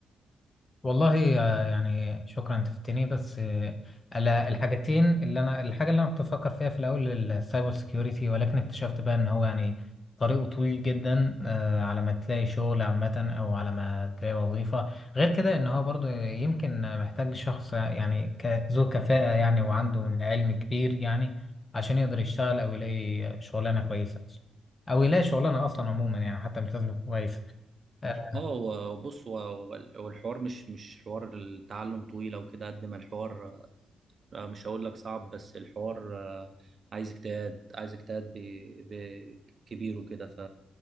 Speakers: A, on the left; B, on the right.
A: والله آه، يعني شكرا انت فتني بس آه، على الحاجتين اللي انا الحاجه اللي انا كنت بفكر فيها في الاول السايبر سكيورتي ولكن اكتشفت بقى ان هو يعني طريقه طويل جدا آه، على ما تلاقي شغل عامه او على ما تلاقي وظيفه غير كده ان هو برضو يمكن محتاج شخص يعني ك- ذو كفاءه يعني وعنده من علم كبير يعني عشان يقدر يشتغل او يلاقي شغلانه كويسه اصلا او يلاقي شغلانه اصلا عموما يعني حتى مش لازم يكون كويس آه،
B: اه هو- بص هو هو- هو الحوار مش مش حوار التعلم طويل او كده قد ما الحوار آه، مش هقول لك صعب بس الحوار آه، عايز اجتهاد عايز اجتهاد ب- ب- كبير وكده ف